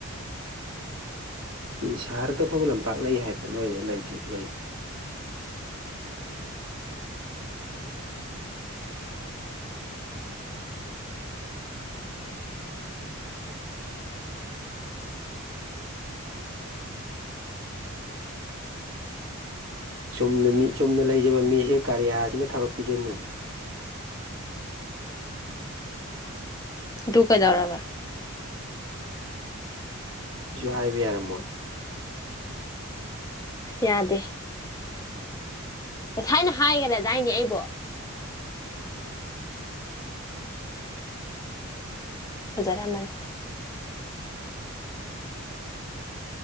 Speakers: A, on the right; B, on the left.
A: ꯁꯤ ꯁꯍꯔꯗ ꯐꯥꯎ ꯂꯝꯄꯥꯛ ꯂꯩ ꯍꯥꯏꯕ ꯅꯣꯏꯗ ꯂꯩꯇ꯭ꯔꯤ ꯀꯔꯤꯒꯤꯅꫭ ꯆꯨꯝꯅ ꯃꯤ ꯆꯨꯝꯅ ꯂꯩꯖꯕ ꯃꯤꯁꯦ ꯀꯔꯤꯌꯥꯁꯤꯅ ꯊꯕꯛ ꯄꯤꯁꯤꯟꯗꯅ
B: ꯑꯗꯨ ꯀꯩꯗꯧꯔꯕ
A: ꯁꯤꯁꯨ ꯍꯥꯏꯕ ꯌꯥꯔꯝꯃꯣꯏ
B: ꯌꯥꯗꯦ ꯉꯁꯥꯏꯅ ꯍꯥꯏꯒꯅꯦꯗꯥꯏꯅꯦ ꯑꯩꯕꯨ ꯐꯖꯔꯝꯃꯅꯤ